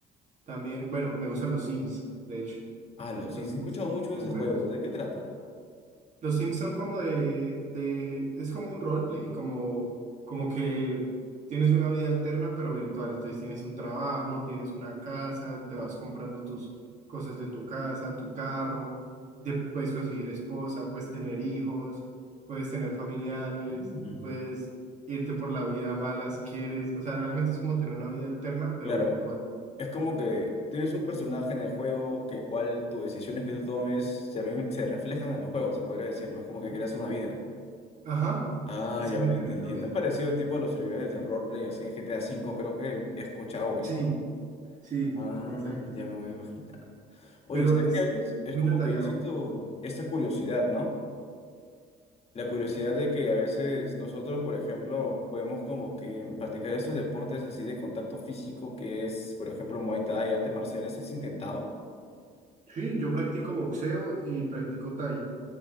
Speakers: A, on the right; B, on the left.
A: también, bueno, me gustan los Sims, de hecho,
B: Ah, lo sí,
A: los
B: sí
A: Sims
B: he escuchado mucho de
A: son
B: ese
A: buenos.
B: juego. ¿De qué trata?
A: Los Sims son como de, de, es como un roleplay, como, como que tienes una vida alterna pero virtual, entonces tienes un trabajo, tienes una casa, te vas comprando tus cosas de tu casa, tu carro, de- puedes conseguir esposa, puedes tener hijos, puedes tener familiares,
B: Mm.
A: puedes irte por la vida mala si quieres, o sea, realmente es como tener una vida alterna pero
B: Claro,
A: virtual.
B: es como que tienes un personaje en el juego que cual tus decisiones que tú tomes también se reflejan en el juego, se podría decir, ¿no? Es como que creas una vida.
A: Ajá,
B: Ah,
A: es
B: ya
A: como
B: voy
A: tener
B: entendiendo.
A: una
B: Es
A: vida.
B: parecido tipo a los servidores de roleplay así en GTA V, creo que he escuchado o visto.
A: Sí, sí,
B: Ah,
A: exacto,
B: ya me voy a imaginar. Oye,
A: pero
B: ¿sabes
A: es
B: que a veces es
A: muy
B: como
A: detallado.
B: que yo siento esta curiosidad, ¿no? La curiosidad de que a veces nosotros, por ejemplo, podemos como que practicar estos deportes así de contacto físico que es, por ejemplo, Muay Thai, artes marciales, ¿has intentado?
A: Sí, yo practico boxeo y practico Thai.